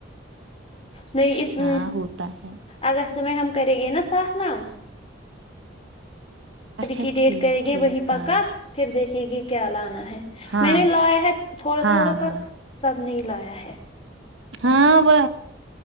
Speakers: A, on the left; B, on the right.
A: نہیں اس
B: ہاں
A: ا
B: ہوتا ہے
A: اگست میں ہم کر گیے نا ساات نام اد
B: اچھا
A: کی ڈیٹ
B: ٹھیک
A: کرے گی
B: ٹھیک
A: وہی پکا
B: ہاں
A: پھر دیکھے گی کیا لانا ہے
B: ہاں
A: میں نے لایا ہے تھوڑا
B: ہاں
A: تھوڑا پر
B: ہاں
A: سب نے لایا ہے
B: ہاں وہ